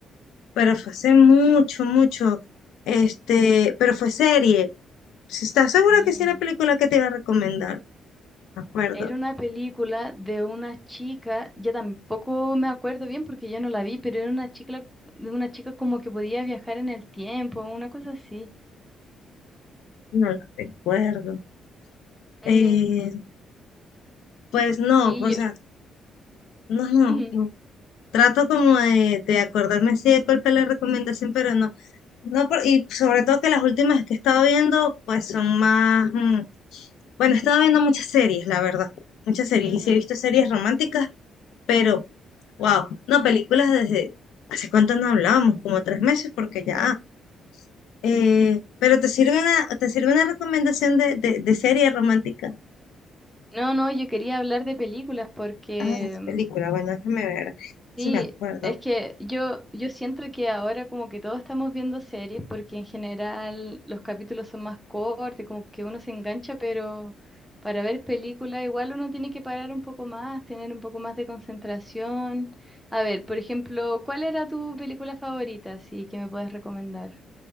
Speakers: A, on the left; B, in the centre.
A: pero fue hace mucho, mucho. Este, pero fue serie. Si ¿Estás segura
B: mm.
A: que sí es la película que te iba a recomendar? Me acuerdo.
B: Era una película de una chica, yo tampoco me acuerdo bien porque yo no la vi, pero era una chica, de una chica como que podía viajar en el tiempo, una cosa así.
A: No la recuerdo.
B: Mm,
A: Eh, pues no,
B: sí,
A: o sea,
B: yo...
A: no, no,
B: <laughs>
A: no. Trato como de, de acordarme sí de cuál fue la recomendación, pero no, no, por- y sobre todo que las últimas que he estado viendo, pues son más, mm, bueno, he estado viendo muchas series, la verdad, muchas series,
B: Ujú,
A: y
B: ujú,
A: sí he visto series románticas, pero, wow, no, películas desde, ¿hace cuánto no hablábamos? Como tres meses, porque
B: sí.
A: ya, eh, pero te sirve una, te sirve una recomendación de, de, de serie romántica.
B: No, no, yo quería hablar de películas porque
A: Ah, es película,
B: mm,
A: bueno, déjame ver si
B: Sí,
A: me acuerdo.
B: es que yo, yo siento que ahora como que todos estamos viendo series porque en general los capítulos son más cortos, como que uno se engancha, pero para ver películas igual uno tiene que parar un poco más, tener un poco más de concentración. A ver, por ejemplo, ¿cuál era tu película favorita, así que me puedes recomendar?